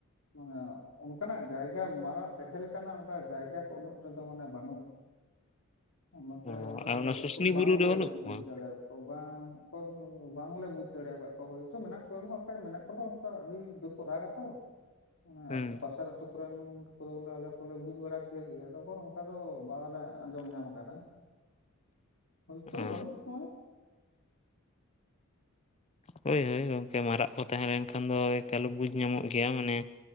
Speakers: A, on the left; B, on the left.
A: ᱢᱟᱱᱮ ᱚᱱᱠᱟᱱᱟᱜ ᱡᱟᱭᱜᱟ ᱢᱟᱨᱟᱜ ᱛᱟᱦᱮᱸ ᱞᱮᱠᱟᱱᱟᱜ ᱚᱱᱠᱟ ᱡᱟᱭᱜᱟ ᱠᱚ ᱩᱱᱟᱹᱜ ᱴᱟ ᱫᱚ ᱢᱟᱱᱮ ᱵᱟᱹᱱᱩᱜᱼᱟ ᱚᱱᱟᱛᱮ
B: ᱚ
A: ᱚᱱᱛᱮ
B: ᱟᱨ
A: ᱫᱚ
B: ᱚᱱᱟ ᱥᱩᱥᱱᱤ
A: ᱩᱠᱩᱨ
B: ᱵᱩᱨᱩ
A: ᱵᱟᱝᱞᱮ
B: ᱨᱮ ᱵᱟᱹᱱᱩᱜ ᱠᱚᱣᱟ
A: ᱵᱩᱡᱽ ᱫᱟᱲᱮᱣᱟ ᱠᱚ ᱵᱟᱝ <unintelligible> ᱵᱟᱝᱞᱮ ᱵᱩᱡᱽ ᱫᱟᱲᱮ ᱟᱠᱟᱜ ᱠᱚᱣᱟ ᱦᱳᱭᱛᱚ ᱢᱮᱱᱟᱜ ᱠᱚ ᱨᱮᱦᱚᱸ ᱠᱟᱜᱚᱡ ᱢᱮᱱᱟᱜ ᱠᱚ ᱨᱮᱦᱚᱸ ᱱᱩᱠᱩ ᱫᱚ ᱟᱹᱰᱤ ᱡᱳᱨ ᱠᱚ ᱨᱟᱜᱟ ᱛᱚ ᱚᱱᱮ
B: ᱦᱮᱸ
A: ᱟᱛᱩ ᱯᱟᱥᱮᱨ ᱟᱛᱳ ᱠᱚᱨᱮᱱ ᱠᱚᱫᱚ ᱵᱚᱞᱮ ᱟᱞᱮ ᱠᱚᱞᱮ ᱵᱩᱡ ᱵᱟᱲᱟ ᱠᱮ ᱜᱮᱭᱟ ᱟᱫᱚ ᱚᱠᱟᱨᱮ ᱱᱚᱠᱟ ᱫᱚ ᱵᱟᱞᱮ ᱟᱸᱡᱚᱢ ᱧᱟᱢ ᱟᱠᱟᱫᱟ᱾ ᱦᱳᱭᱛᱳ
B: ᱚ
A: ᱵᱟᱹᱱᱩᱜ ᱠᱚᱣᱟ᱾
B: ᱦᱳᱭ ᱦᱳᱭ ᱜᱚᱝᱠᱮ ᱢᱟᱨᱟᱜ ᱠᱚ ᱛᱟᱦᱮᱸ ᱞᱮᱱᱠᱷᱟᱱ ᱫᱚ ᱮᱠᱟᱞᱮ ᱵᱩᱡᱽ ᱧᱟᱢᱚᱜ ᱜᱮᱭᱟ ᱢᱟᱱᱮ